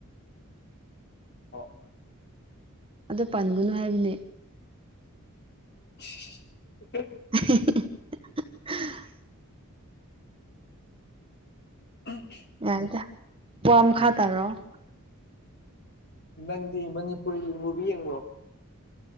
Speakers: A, on the left; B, on the right.
A: <unintelligible>
B: ꯑꯗꯨ ꯄꯟꯒꯅꯨ ꯍꯥꯏꯕꯅꯦ
A: <unintelligible>
B: <unintelligible>
A: <inaudible>
B: ꯌꯥꯏꯗ ꯋꯥ ꯃꯈꯥ
A: ꯎꯝ
B: ꯇꯥꯔꯛꯑꯣ
A: ꯅꯪꯗꯤ ꯃꯅꯤꯄꯨꯔꯤ ꯃꯨꯚꯤ ꯌꯦꯡꯕ꯭ꯔꯣ